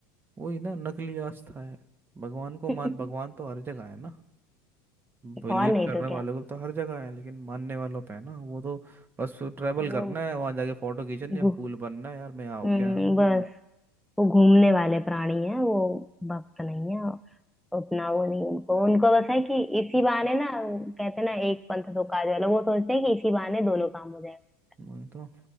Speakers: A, on the right; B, in the centre.
A: वही ना नकली आस्था है भगवान को
B: भाई
A: मान भगवान तो हर जगह है ना
B: <laughs>
A: बिलीव
B: और नहीं
A: करने
B: तो क्या
A: वाले को तो हर जगह है लेकिन मानने वालों पे है ना वो तो बस ट्रैवल
B: वो
A: करना है वहां जाके फोटो खींचनी है
B: घू-
A: कूल बनना है यार मैं यहाँ हो
B: हम्म,
A: क्या
B: बस वो घूमने वाले प्राणी हैं वो भक्त नहीं है उतना वो नहीं उनको उनको बस है कि इसी बहाने ना कहते हैं ना एक पंथ दो काज वाला वो सोचते हैं कि इसी बहाने दोनों काम हो जाएगा
A: वही तो